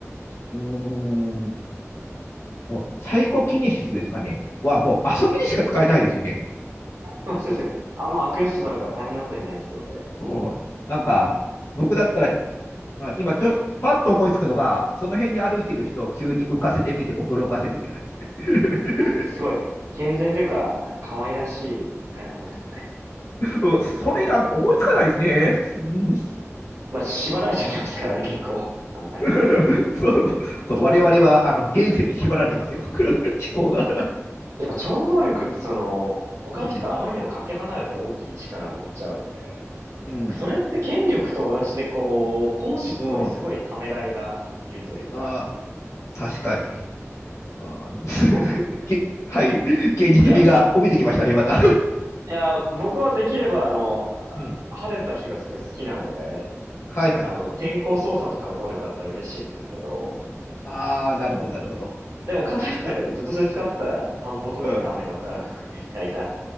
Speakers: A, on the left; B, on the right.
A: うーん、でもサイコキネシスですかねはもう遊びにしか使えないですよね。
B: まあ、先生あんま悪用するなんか大変なことになりそうで、
A: うん、なんか、僕だったら、まあ、今ちょっと、パッと思いつくのが、その辺に歩いてる人を急に浮かせてみて驚かせるぐらい。<laughs>
B: すごい、健全というか、なんか可愛らしい使い方ですね。
A: うんそれがもう思いつかないですね。うん
B: まあ、縛られちゃってますからね、結構、考えが。
A: <laughs> そう、そう、我々はあの現世に縛られてますよ。<laughs> 思考が。
B: やっぱ超能力ってその、他の人があまりにもかけ離れた大きい力を持っちゃうので、
A: うん。うん。
B: なんかそれって権力と同じでこう、行使するのにすごいためらいがいるというか、
A: うん。ああ、確かに。ああ
B: 僕、
A: <laughs> け、はい。現実味が帯びてきましたね、
B: いや、い
A: また。
B: や、僕はできればあの、
A: <laughs> うん。
B: あ晴れた日がすごい好きなので、
A: はいはいはい。
B: あの、天候操作とかの能力あったら嬉しいんですけど、
A: ああ、なるほど、なるほど。
B: でも、かといってなんかずっとそれ使ってたら、
A: うん、あ、
B: 田んぼとかに雨が降らなくてみたいな。
A: うん。